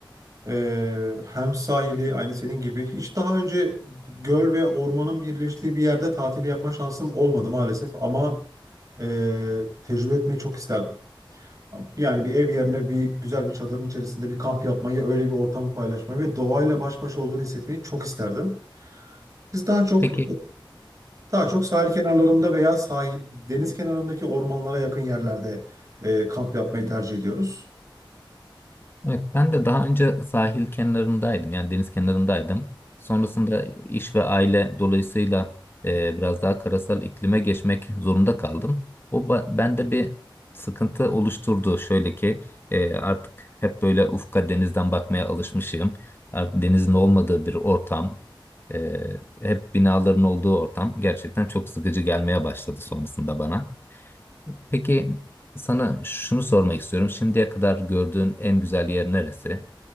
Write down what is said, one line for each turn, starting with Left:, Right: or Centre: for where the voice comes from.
Right: e, hem sahili aynı senin gibi hiç daha önce göl ve ormanın birleştiği bir yerde tatil yapma şansım olmadı maalesef ama e, tecrübe etmeyi çok isterdim. Yani bir ev yerine bir güzel bir çadırın içerisinde bir kamp yapmayı, öyle bir ortamı paylaşmayı ve doğayla baş başa olduğunu hissetmeyi çok isterdim. Biz daha çok
Left: Peki
Right: daha çok sahil kenarlarında veya sahil deniz kenarındaki ormanlara yakın yerlerde e, kamp yapmayı tercih ediyoruz.
Left: Evet, ben de daha önce sahil kenarındaydım yani deniz kenarındaydım. Sonrasında iş ve aile dolayısıyla e, biraz daha karasal iklime geçmek zorunda kaldım. O ba- bende bir sıkıntı oluşturdu. Şöyle ki e, artık hep böyle ufka denizden bakmaya alışmışım. Artık denizin olmadığı bir ortam, e, hep binaların olduğu ortam gerçekten çok sıkıcı gelmeye başladı sonrasında bana. Peki sana şunu sormak istiyorum. Şimdiye kadar gördüğün en güzel yer neresi?